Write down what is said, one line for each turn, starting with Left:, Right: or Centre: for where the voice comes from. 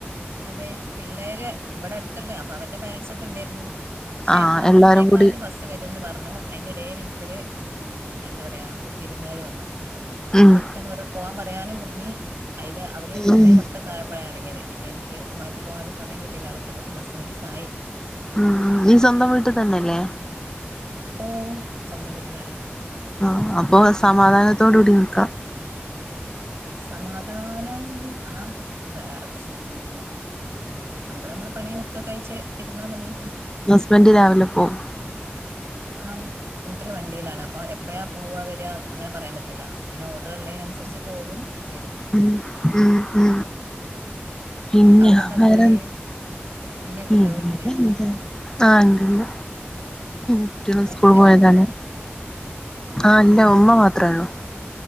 Right: അതെ പിള്ളേര് ഇവിടെ അടുത്തുള്ള അപ്പൊ അവര്ടെ പേരെന്റ്സ് ഒക്കെ ഉണ്ടായിരുന്നു പക്ഷെ
Left: ആഹ് എല്ലാരും
Right: ഒന്നേക്കാലിന്
Left: കൂടി
Right: ബസ്സ് വരുംന്ന് പറഞ്ഞു അതിന്റെ എടേൽ എനിക്കൊരു ഉം എന്താ പറയാ വിരുന്നുകാർ വന്നു
Left: ഉം
Right: പെട്ടെന്ന് അവരോട് പോവാാൻ പറയാനും കുടുങ്ങി അതിന് അവര് ഒന്നേ
Left: ഉം
Right: പത്തൊക്കായപ്പോഴാ ഇറങ്ങിയത് പിന്നെ എനിക്ക് മാറ്റിപ്പോവാനുള്ള സമയം അടത്തി പോ ബസ് മിസ്സായി
Left: ഉം നീ സ്വന്തം വീട്ടിൽ തന്നെല്ലേ
Right: ഓ സ്വന്തം വീട്ടിലാണ്
Left: ആ അപ്പൊ സമാധാനത്തോടുകൂടി നിക്കാം
Right: സമാധാനം ആ വേറെ പ്രശ്നങ്ങളൊന്നുല്ല നമ്മള് നമ്മള് പണിയ ഒക്കെ കഴച്ച് ഇരുന്നാ മതി
Left: ഹസ്ബന്റ് രാവിലെ പോവും
Right: ആ ഒത്തിരി വണ്ടിയിലാണ് അപ്പൊ എപ്പഴാ പോവാ വര അങ്ങനെ പറയാൻ പറ്റൂല അങ്ങനെ ഓർഡർ ഉള്ളതിനനുസരിച്ച് പോകും വരും
Left: ഉ ഉ പിന്നെ
Right: അവിടെ എന്താ
Left: വേറെ
Right: പരിപാടി ഉമ്മയൊക്കെ
Left: പി
Right: ഉണ്ടോ വീട്ടില്
Left: എന്ത ആഹ എന്തണ്ട് കുട്ടികളും
Right: വീട്ടിൽ
Left: സ്കൂൾ
Right: എല്ലാരും
Left: പോയതാണ്െ
Right: ഉണ്ടോ
Left: ആ അല്ല ഉമ്മ മാ തത്രെണ്ട്